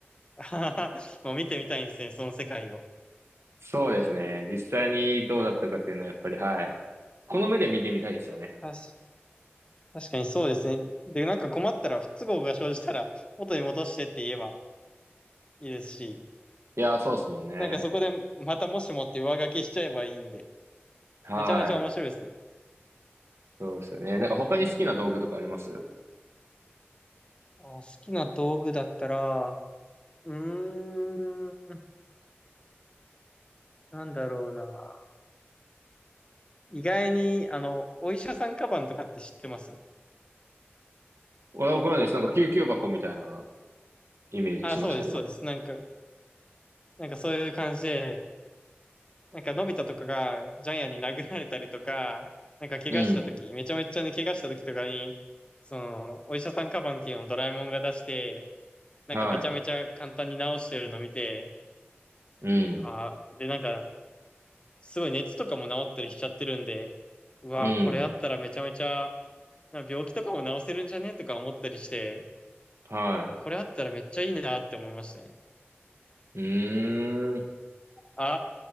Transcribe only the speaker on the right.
そうですね。実際にどうだったかっていうのはやっぱり、はい。この目で見てみたいですよね。
いやー、そうですもんね。
はい。
そうですよね。なんか他に好きな道具とかあります
わわからないです。なんか救急箱みたいなイメージしました、
今。
うん。
はい。うん。
うん。
は
い。うーん。